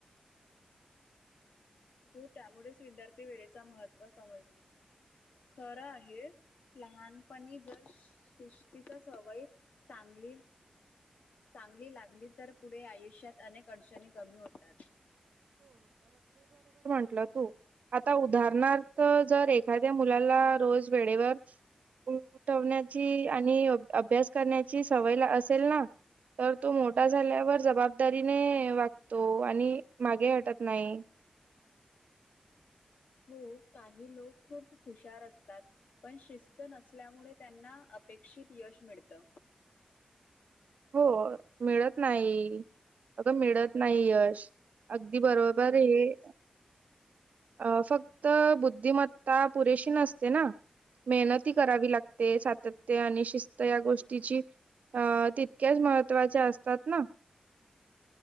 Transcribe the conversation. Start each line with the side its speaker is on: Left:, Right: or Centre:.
Left: तो त्यामुळेच विद्यार्थी वेळेच महत्त्व समज खरं आहे. लहानपणी जर शिस्तीचा सवय चांगली चांगली लागली तर पुढे आयुष्यात अनेक अडचणी कमी होतात.
Right: म्हटलं तू, आता उदाहरणार्थ जर एखाद्या मुलाला रोज वेळेवर उ उठवण्याची आणि अभ्यास करण्याची सवय असेल ना तर तो मोठा झाल्यावर जबाबदारीने वागतो आणि मागे हाटत नाही.
Left: हो काही लोक खूप हुशार असतात, पण शिस्त नसल्यामुळे त्यांना अपेक्षित यश मिळतं.
Right: हो मिळत नाही, अग मिळत नाही यश आगदी बरोबर
Left: हो
Right: आहे.
Left: तेच.
Right: अ फक्त बुद्धिमत्ता पुरेशी नसते ना मेहनत ही करावी लागते, सातत्य आणि शिस्त या गोष्टीची अ त <unintelligible> महत्त्वाच्या असतात ना.